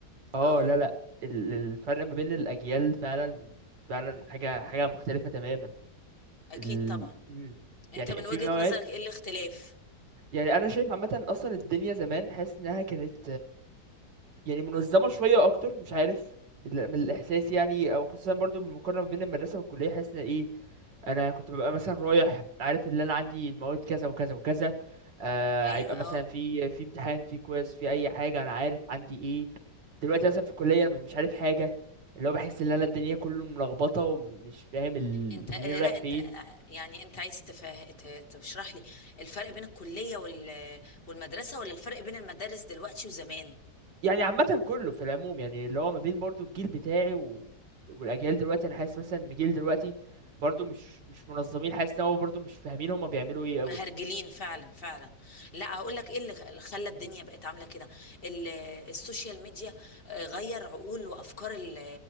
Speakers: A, on the right (about 75°); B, on the left (about 35°).
A: اه
B: اه
A: لا لا ال- الفرق ما بين الأجيال فعلا فعلا حاجة حاجة مختلفة تماما
B: اكيد
A: ال...
B: طبعا
A: مم.
B: انت
A: يعني
B: من
A: في
B: وجهة
A: مواد
B: نظرك ايه الاختلاف
A: يعني أنا شايف عامة أصلا الدنيا زمان حاسس إنها كانت يعني منظمة شوية أكتر مش عارف من من الإحساس يعني أو خصوصا برضو بالمقارنة بين المدرسة والكلية حاسس إن إيه أنا كنت ببقى مثلا رايح عارف إن أنا عندي المواد كذا وكذا وكذا آه
B: ايوه
A: هيبقى مثلا
B: اه
A: في في امتحان في كويز في أي حاجة أنا عارف عندي إيه دلوقتي مثلا في الكلية أنا مش عارف حاجة اللي هو بحس إن أنا الدنيا كله ملخبطة ومش فاهم ال-
B: انت آه
A: منين رايح
B: لا
A: فين
B: انت آه، يعني انت عايز تفه... ت- تشرح لي الفرق بين الكلية وال... والمدرسة ولا الفرق بين المدارس دلوقتي وزمان
A: يعني عامة كله في العموم يعني اللي هو ما بين برضو الجيل بتاعي و... والأجيال دلوقتي أنا حاسس مثلا إن الجيل دلوقتي برضو مش مش منظمين حاسس إن هو برضو مش فاهمين هما بيعملوا إيه أوي
B: مهرجلين فعلا فعلا لا هقول لك ايه اللي اللي خلى الدنيا بقت عامله كده ال- السوشيال ميديا آه، غير عقول وافكار ال-